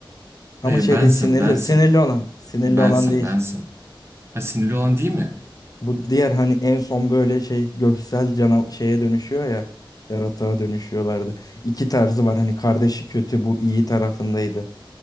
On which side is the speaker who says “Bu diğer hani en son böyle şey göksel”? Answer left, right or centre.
Left